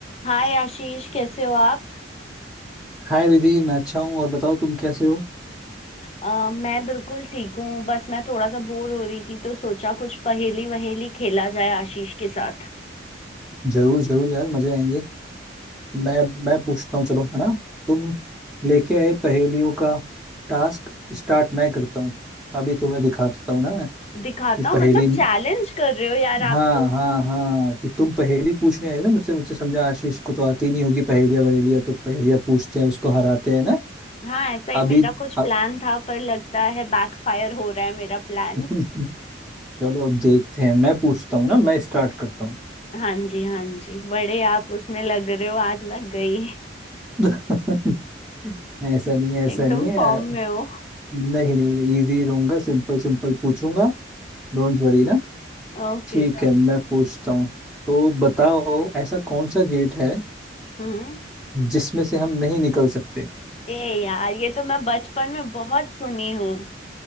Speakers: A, on the left; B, in the centre.
A: हाय आशीष कैसे हो आप
B: हाय रिधि मैं अच्छा हूँ और बताओ तुम कैसे हो
A: अ, मैं बिल्कुल ठीक हूँ बस मैं थोड़ा सा बोर हो रही थी तो सोचा कुछ पहेली वहेली खेला जाए आशीष के साथ
B: जरूर जरूर यार मजे आएंगे मैं मैं पूछता हूँ चलो है ना तुम लेके आए पहेलियों का टास्क स्टार्ट मैं करता हूँ अभी तुम्हें दिखाता हूँ ना मैं
A: दिखाता
B: कि पहेली
A: हूँ मतलब चैलेंज कर रहे हो यार
B: हाँ
A: आप तो
B: हाँ हाँ कि तुम पहेली पूछने आए ना मुझसे मुझसे समझा आशीष को तो आती नहीं होगी पहेलियाँ वहेलियाँ तो पहेलियाँ पूछते हैं उसको हराते हैं ना
A: हाँ ऐसा ही
B: अभी
A: मेरा कुछ
B: अब-
A: प्लान था पर लगता है बैकफायर हो रहा है मेरा प्लान
B: <laughs> चलो अब देखते हैं मैं पूछता हूँ ना मैं स्टार्ट करता हूँ
A: हाँ जी हाँ जी बड़े आप उसमें लग रहे हो आज मैं गई
B: <laughs> ऐसा नहीं है ऐसा
A: एकदम
B: नहीं है
A: फॉर्म में हो
B: नहीं नहीं मैं इजी रहूंगा सिंपल सिंपल पूछूंगा डोंट वरी ना
A: ओके
B: ठीक
A: चलो
B: है मैं पूछता हूँ तो बताओ ऐसा कौन सा गेट है
A: हम्म
B: जिसमें से हम नहीं निकल सकते
A: ए यार ये तो मैं बचपन में बहुत सुनी हूँ